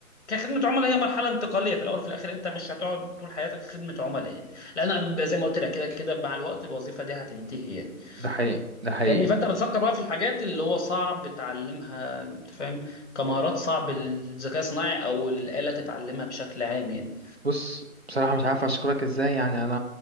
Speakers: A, on the left; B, on the right.
A: كخدمة عملاء هي مرحلة انتقالية في الأول وفي الآخر أنت مش هتقعد طول حياتك خدمة عملاء يعني لأن أنا زي ما قلت لك كده كده مع الوقت الوظيفة دي هتنتهي يعني
B: ده حقيقي ده حقيقي
A: فاهمني فأنت بتفكر بقى في الحاجات اللي هو صعب تعلمها أنت فاهم كمهارات صعب الذكاء الصناعي أو الآلة تتعلمها بشكل عام يعني
B: بص بصراحة مش عارف أشكرك إزاي يعني أنا